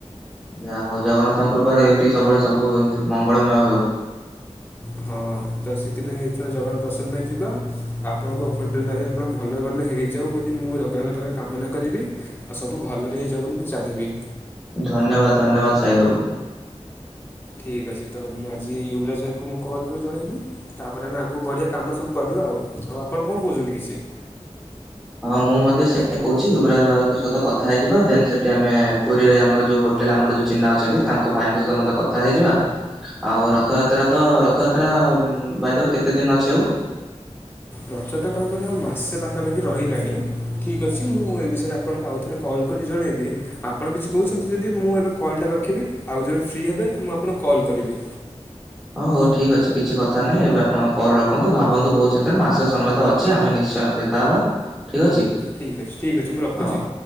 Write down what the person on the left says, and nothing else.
ହଁ ତ ସେଥିପାଇଁ ଏଥର ଜଗନ୍ନାଥ ଦର୍ଶନ ପାଇଁ ଯିବା। ଆଉ ଆପଣଙ୍କୁ ହୋଟେଲ ପାଖେ ଆପଣ ଭଲ ଭଲ ହେଇଯାଉ ବୋଲି ମୁଁ ଜଗନ୍ନାଥଙ୍କ ପାଖରେ କାମନା କରିବି। ଆଉ ସବୁ ଭଲରେ ହେଇଯାଉ ବୋଲି ମୁଁ ଚାହିଁବି।
ଠିକ୍ ଅଛି ତ ମୁଁ ଆଜି ୟୁବରାଜ ଭାଇଙ୍କୁ ମୁଁ କଲ୍ କରି ଜଣେଇବି। ତାପରେ ଆମେ ଆଗକୁ ବଢିବା କାମ ସବୁ କରିବା ଆଉ। ଆଉ ଆପଣ କଣ କହୁଛନ୍ତି କିଛି?
ରଥଯାତ୍ରା ତ କହିବାକୁ ଗଲେ ମାସେ ପାଖାପାଖି ରହିଲାଣି। ଠିକ୍ ଅଛି ମୁଁ ଏ ବିଷୟରେ ଆପଣଙ୍କୁ ଆଉଥରେ କଲ୍ କରି ଜଣେଇବି ଆପଣ କିଛି କହୁଛନ୍ତି ଯଦି ମୁଁ ଏବେ କଲ ଟା ରଖିବି, ଆଉ ଯେବେ ଫ୍ରି ହେବେ ମୁଁ ଆପଣଙ୍କୁ କଲ୍ କରିବି?
ଠିକ୍ ଅଛି, ଠିକ୍ ଅଛି ମୁଁ ରଖୁଛି।